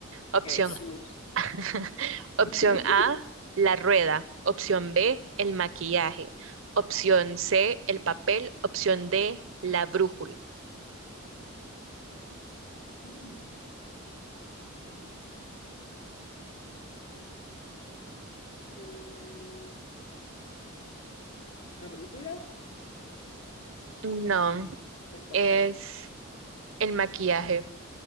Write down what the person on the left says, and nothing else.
Jesús.
<laughs>
Mm, mm, La brújula,
el papel.